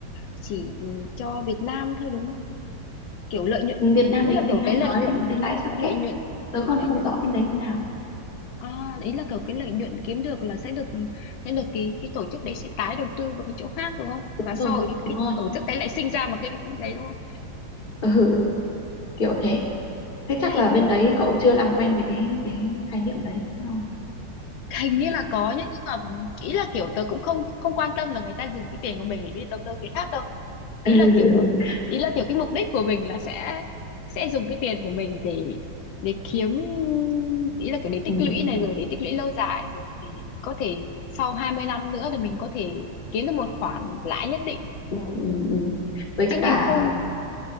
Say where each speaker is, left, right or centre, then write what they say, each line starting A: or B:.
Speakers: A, on the left; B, on the left.
A: chỉ cho Việt Nam thôi đúng không kiểu lợi nhuận
B: ừ, Việt Nam
A: kỹ
B: mình
A: là kiểu
B: thì
A: cái
B: hay
A: lợi
B: nói
A: nhuận
B: là những cái lãi suất
A: lợi
B: kép
A: nhuận
B: tớ còn
A: lợi
B: không
A: nhuận
B: rõ bên đấy như nào
A: À, ý là kiểu cái lợi nhuận kiếm được là sẽ được sẽ được cái cái tổ chức đấy sẽ tái đầu tư vào cái chỗ khác đúng không?
B: đúng
A: Và sau
B: rồi
A: ấy
B: đúng
A: cái
B: rồi
A: tổ chức đấy lại sinh ra một cái đấy đúng không?
B: ừ, ừ, ừ, kiểu thế thế chắc
A: Hình
B: là bên
A: như
B: đấy cậu chưa làm quen với cái cái khái niệm đấy rồi
A: hình như là có nhá, nhưng mà ý là kiểu tớ cũng không không quan tâm là người ta dùng cái tiền của mình để đi đầu tư cái khác đâu. Ý
B: <laughs>
A: là kiểu là ý là kiểu cái mục đích của mình là sẽ sẽ dùng cái tiền của mình để để kiếm ý là kiểu để tích
B: ừ,
A: lũy này rồi để tích lũy lâu dài rồi thì có thể sau 20 năm nữa thì mình có thể kiếm được một khoản lãi nhất định
B: ừ, ừ. với
A: chứ mình
B: cả
A: không